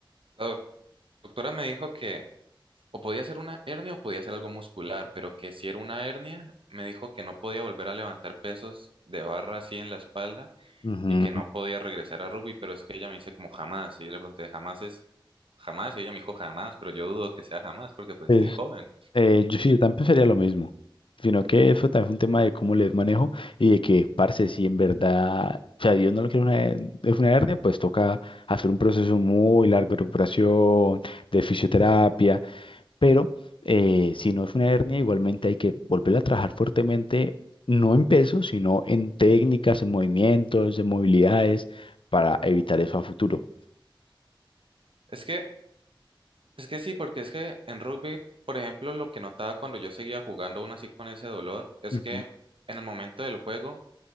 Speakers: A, on the right (about 80°); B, on the left (about 70°).
A: La doc- doctora me dijo que, O podía ser una hernia o podía ser algo muscular, pero que si era una hernia, me dijo que no podía volver a levantar pesos de barra así en la espalda
B: Ujú.
A: y que no podía regresar a rugby, pero es que ella me dice como jamás, y yo le pregunté, jamás es jamás, y ella me dijo jamás, pero yo dudo que sea jamás porque pues
B: Pues,
A: estoy joven.
B: eh, yo sí, yo también pensaría lo mismo, sino que eso también fue un tema de cómo les manejo y de que, parce, si en verdad, o sea, Dios no lo quiere una, es una hernia, pues toca hacer un proceso muy largo de recuperación, de fisioterapia, pero eh, si no es una hernia, igualmente hay que volverla a trabajar fuertemente, no en peso, sino en técnicas, en movimientos, en movilidades, para evitar eso a futuro.
A: Es que, es que sí, porque es que en rugby, por ejemplo, lo que notaba cuando yo seguía jugando aún así con ese dolor, es
B: Ujú.
A: que en el momento del juego